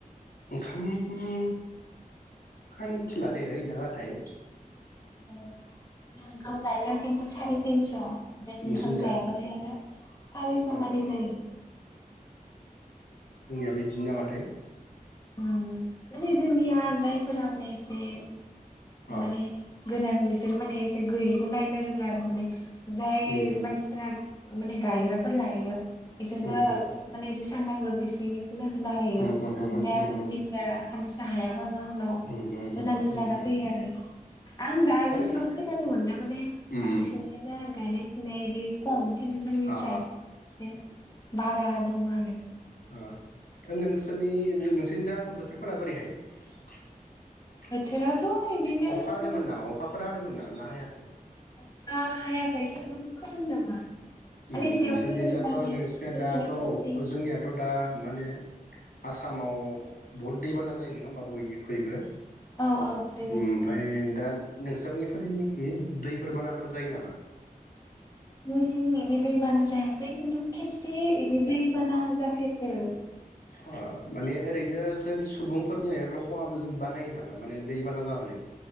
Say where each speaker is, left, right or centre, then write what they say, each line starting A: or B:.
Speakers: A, on the left; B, on the left.
A: ओंखामखो आं मिथिला दे होयोना होयाथाय
B: ओ जोंना ओंखाम जायो खिन्थु साराय तिनस' ओंखाम
A: नोंसोरनिजा
B: जायाबाथाय आरो सारिस'
A: अ
B: मानि
A: अ
B: जायो
A: जोंनियाबो बिदिनो नामाथाय
B: ओम माने जोंनिया जायफोरा माने एसे
A: उम अ
B: माने गोनां बिसोर माने एसे गैयैखौ नायनो रोङा आरो माने जाय
A: उम
B: मानसिफोरा माने गायग्राफोर लायो बिसोरबो
A: उम
B: माने थांनांगौ बिसिनिखौनो होना होयो ओमफ्राय
A: उम उम उम
B: उननिफ्रा
A: उम
B: साननैसो हायाबाबो उनाव
A: उम
B: होनांगौ
A: उम
B: जाना
A: उम उम
B: फैयो आरो आं दा
A: आरो
B: जेसेबां खोनानो मोनदों माने
A: उम
B: बांसिननियानो
A: उम
B: गायनाय फुनाय इदि खम खिन्थु जोंनि साइडथिंजाय
A: अ
B: एसे बारा दं आरो।
A: ओ दा नोंसोरनि नोंसोरनि जा बोथोरफोरा बोरैहाय? अखा
B: बोथोराथ' बिदिनो
A: हादोंमोन नामा अखाफोर हादोंमोन नामा ना हायाखै?
B: अखा हायाखै खिन्थु खोरोमदोंमोन। माने
A: ओम
B: एसे
A: नोंसनिजाथ'
B: अखा हागोन बायदि
A: नोंसिना
B: दसेनो
A: दाथ'
B: खोमसि
A: अ जोंनियाथ' दा माने आसामाव बहुद दैबाना जायो नङा होमबा बयनिख्रुइबो
B: औ औ दैबाना
A: ओमफ्राय
B: जायो
A: दा नोंसोरनिफोरनिखि दैफोर बानाफोर जायो नामा?
B: जोंनिथिं इदि दैबाना जायाखै खिन्थु खेबसे इदि दैबाना जाफेरदो
A: ओ माने ओरैनो जों सुबुंफोरनि माबाफोर ख हा बानायायो नामा माने दै बाना जानानै?